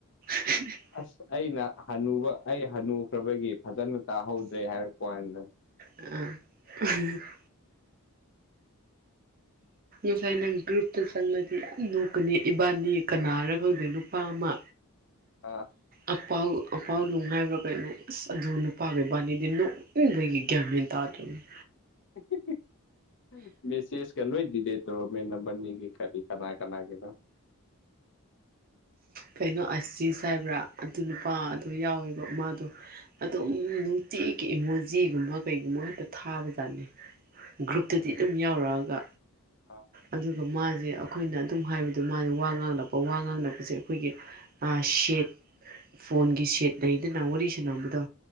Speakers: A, on the right (about 40°); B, on the left (about 55°).
A: NO WORD <unintelligible>
B: ꯑꯁ ꯑꯩꯅ ꯍꯟꯅꯨꯕ ꯑꯩ ꯍꯟꯅꯨꯈ꯭ꯔꯕꯒꯤ ꯐꯖꯅ ꯇꯥꯍꯧꯗ꯭ꯔꯦ ꯍꯥꯏꯔꯛꯄ ꯋꯥꯅꯤꯗ
A: ꯑ ꯎꯝ <unintelligible> ꯎ ꯐꯥꯏꯅ <unintelligible> ꯒ꯭ꯔꯨꯞꯇ ꯆꯪꯂꯗꯤ ꯌꯥꯝ ꯅꯣꯛꯀꯅꯤ ꯏꯕꯥꯅꯤ ꯀꯅꯥꯔ ꯈꯪꯗꯦ ꯅꯨꯄꯥ ꯑꯃ
B: ꯑꯥ
A: ꯑꯄꯥꯎ ꯑꯄꯥꯎ ꯅꯨꯡ ꯍꯥꯏꯕ꯭ꯔꯥ ꯀꯩꯅꯣ ꯑꯁ ꯑꯗꯨ ꯅꯨꯄꯥꯗꯨꯒ ꯏꯕꯥꯅꯤ ꯅ‍ꯣ ꯅ‍ꯣꯛꯅꯤꯡꯕꯒꯤ ꯒꯦꯟ ꯃꯦꯟ ꯇꯥꯗꯔꯕꯅꯦ
B: ꯃꯦꯁꯦ <unintelligible> ꯂ‌ꯣꯏ ꯗꯤꯂ‍ꯦꯠ ꯇꯧꯔꯝꯃꯦ ꯅꯕꯅꯤꯒꯤ ꯀꯔꯤ ꯀꯅꯥ ꯀꯅꯥꯒꯤꯅꫭ
A: ꯀꯩꯅꯣ ꯑꯁꯤꯁ ꯍꯥꯏꯕ꯭ꯔꯥ ꯑꯗꯨ ꯅꯨꯄꯥꯗꯣ ꯌꯥꯎꯋꯦꯕ ꯃꯥꯗꯣ ꯑꯗꯨꯝ ꯅꯨꯡꯇꯤꯒꯤ ꯏꯃꯣꯖꯤꯒꯨꯝꯕ ꯀꯩꯒꯨꯝꯕ ꯈꯛꯇ ꯊꯥꯕꯖꯥꯠꯅꯤ ꯒ꯭ꯔꯨꯞꯇꯗꯤ ꯑꯗꯨꯝ ꯌꯥꯎꯔꯛꯑꯒ
B: ꯑ
A: ꯑꯗꯨꯒ ꯃꯥꯖꯦ ꯑꯈꯣꯏꯅ ꯑꯗꯨꯝ ꯍꯥꯏꯕꯗꯣ ꯃꯥꯖꯦ ꯋꯥ ꯉꯥꯡꯂꯛꯄ ꯋꯥ ꯉꯥꯡꯂꯛꯄꯁꯦ ꯑꯈꯣꯏꯒꯤ ꯑ ꯁꯦꯠ ꯐꯣꯟꯒꯤ ꯁꯦꯠ ꯂꯩꯗꯅ ꯋꯥꯔꯤ ꯁꯥꯟꯅꯕꯗꯣ